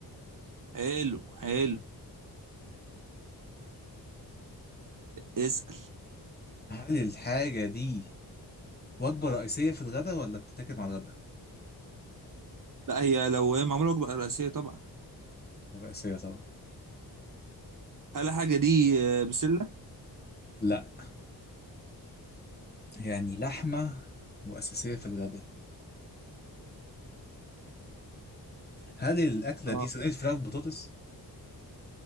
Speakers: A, on the right; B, on the left.
A: حلو حلو اسأل
B: هل الحاجة دي وجبة رئيسية في الغداء ولا بتتاكل مع الغداء؟
A: لا هي لو هي معمولة وجبة رئيسية طبعا
B: رئيسية طبعا
A: هل الحاجة دي آه، بسلة
B: لا يعني لحمة وأساسية في الغداء هل الأكلة
A: اه
B: دي صينية فراخ بطاطس؟